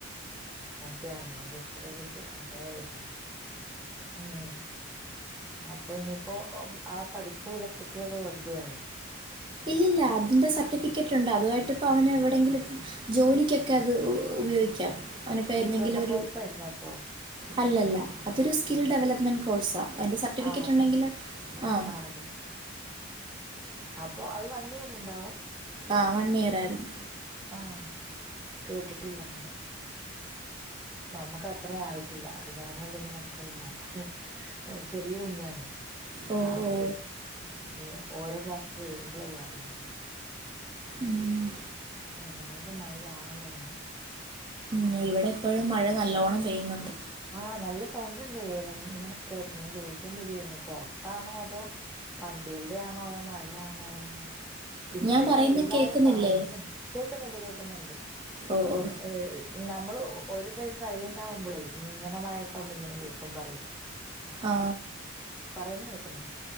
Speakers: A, in the centre; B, on the right.
A: ത്യാണല്ലോ ഹിസ്ട്ട്റി ഫിസി അങ്ങനെ വര്ന്നെ ഉം. അപ്പൊ ഇനിയിപ്പൊ ഹ് ആ പഠിച്ച ഇലക്ട്രിക്കലൊക്കെ വെറുതെയാ.
B: ഇല്ലില്ല അതിന്റെ സർട്ടിഫിക്കറ്റ്ണ്ട് അതുവായിട്ട് ഇപ്പോ അവന് എവിടെങ്കിലും ജോലിക്കൊക്കെ അത് ഉഹ് ഉപയോഗിക്കാം. അവനിപ്പോൾ
A: ഡിപ്ലോമ
B: എന്തെങ്കിലും ഒരു
A: കോഴ്സാര്ന്നോ അപ്പോ.
B: അല്ലല്ല അതൊരു സ്കിൽ ഡെവലപ്മെന്റ് കോഴ്സാ, അയിൻ്റെ സർട്ടിഫിക്കറ്റ്
A: ആ
B: ഉണ്ടെങ്കില് ആഹ്
A: ആ അതെ. അപ്പൊ അത് വൺ ഇയർ ഇണ്ടാവും.
B: ആഹ് വൺ ഇയർ ആയിരുന്നു.
A: ആഹ് കേട്ടിട്ടില്ല അങ്ങനെ. നമ്മക്കത്ര ആയിട്ടില്ല, അത് കാരണം പിന്നെ നമുക്ക് അത് നോക്കാന് ഹ് ചെറിയ കുഞ്ഞാണ്
B: ഓ
A: അപ്പൊ
B: ഓ
A: പി ന്നെ ഓരോ ക്ലാസ് കേറുമ്പോളല്ലെ അറിയ.
B: മ്
A: ഞങ്ങക്കും മഴ ചാറാൻ തൊടങ്ങി.
B: മ് ഇവിടെപ്പഴും മഴ നല്ലോണം പെയ്യുന്നുണ്ട്.
A: ആഹ് നല്ല സൗണ്ട് ഇണ്ടേര് ഇങ്ങനെ കേക്ക്ന്ന് ചോയ്ക്കാൻ വരേര്ന്നു പൊർ അതാണോ അതോ വണ്ടികളുടെ ആണോ അതോ മഴയാണോ അങ്ങനെ പിന്നെ
B: ഞാൻ
A: പിന്നെ
B: പറയുന്ന
A: എല്ലാരും
B: കേൾക്കുന്നില്ലേ
A: പറയുന്നുണ്ട് കേക്കുന്നുണ്ട് കേക്കുന്നുണ്ട്
B: ഓ ഓ
A: ഏ നമ്മള് ഒരു സൈഡ് സൈലന്റ് ആകുമ്പോളേ ഇങ്ങനെ മഴയ സൗണ്ട് ഇങ്ങനെ കേൾക്കും പറയുക
B: ആ
A: പറയുന്ന കേക്കുന്ന്